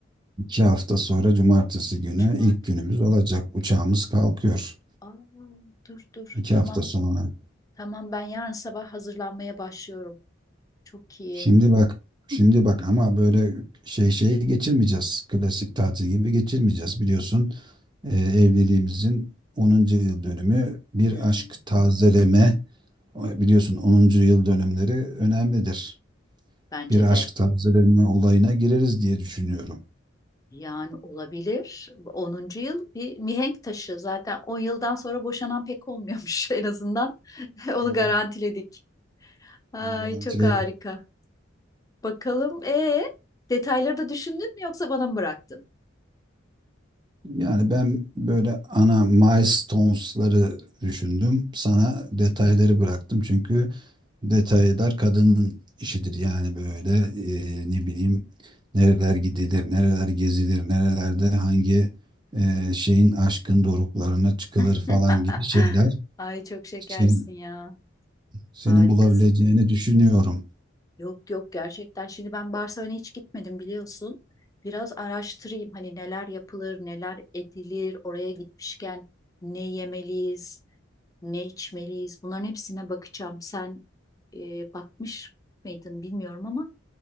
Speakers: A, on the right (about 25°); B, on the left (about 20°).
A: iki hafta sonra cumartesi günü
B: Cumartesi.
A: ilk günümüz olacak. Uçağımız kalkıyor.
B: Aa, dur dur
A: İki
B: tamam.
A: hafta sonra.
B: Tamam ben yarın sabah hazırlanmaya başlıyorum. Çok iyi.
A: Şimdi bak, şimdi bak ama böyle şey şey geçirmeyeceğiz. Klasik tatil gibi geçirmeyeceğiz. Biliyorsun e, evliliğimizin onuncu yıl dönümü bir
B: Hmm,
A: aşk tazeleme. Biliyorsun onuncu yıl dönümleri önemlidir.
B: bence
A: Bir aşk
B: de.
A: tazeleme olayına gireriz diye düşünüyorum.
B: Yani olabilir. Onuncu yıl bir mihenk taşı. Zaten 10 yıldan sonra boşanan pek olmuyormuş <laughs> en azından. <laughs> Onu
A: Ha,
B: garantiledik. Ay
A: bunu garantiledim.
B: çok harika. Bakalım e detayları da düşündün mü yoksa bana mı bıraktın?
A: Yani ben böyle ana milestones'ları düşündüm. Sana detayları bıraktım çünkü detaylar kadının işidir. Yani böyle e, ne bileyim nereler gidilir, nereler gezilir, nerelerde hangi e, şeyin aşkın doruklarına çıkılır
B: <laughs>
A: falan gibi şeyler
B: Ay çok şekersin
A: senin,
B: ya.
A: senin
B: Harikasın.
A: bulabileceğini düşünüyorum.
B: Yok yok gerçekten. Şimdi ben Barcelona'ya hiç gitmedim biliyorsun. Biraz araştırayım hani neler yapılır, neler edilir, oraya gitmişken ne yemeliyiz, ne içmeliyiz. Bunların hepsine bakacağım. Sen e, bakmış mıydın bilmiyorum ama